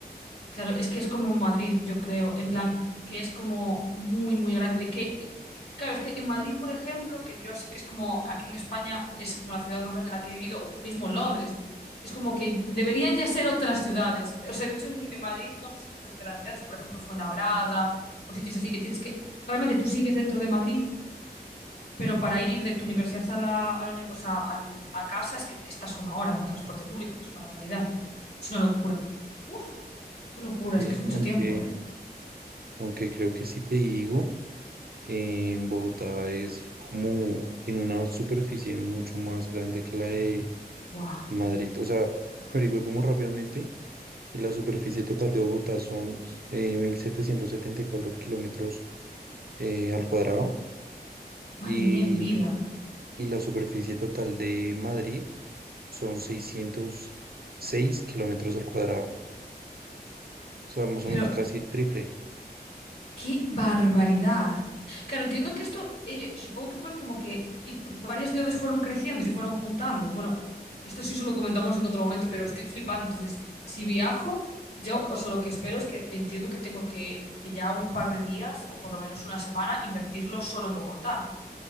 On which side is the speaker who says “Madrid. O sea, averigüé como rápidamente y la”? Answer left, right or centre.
Right